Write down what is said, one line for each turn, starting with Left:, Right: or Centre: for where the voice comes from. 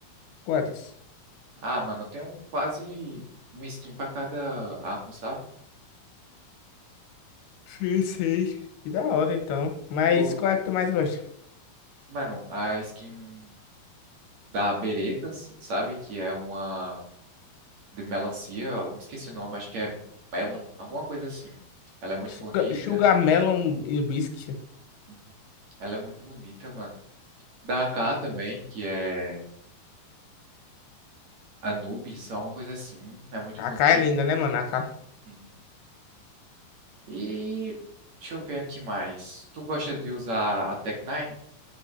Left: Quantas?
Right: Ah, mano, tem um quase uma skin pra cada arma, sabe?
Left: Sei, sei. Que da hora então. Mas
Right: Do,
Left: qual é que tu mais gosta?
Right: mano, a skin da Beretas, sabe? Que é uma de melancia, eu me esqueci o nome, acho que é melon, alguma coisa assim. Ela é muito
Left: Sugar,
Right: bonita.
Left: Sugar Melon e Whisky.
Right: Uhum. Ela é muito bonita, mano. Da AK também, que é Anubis, alguma coisa assim. É muito
Left: A
Right: bonito.
Left: K é linda, né, mano? A K.
Right: Uhum. E deixa eu ver aqui mais. Tu gosta de usar a Tech Nine?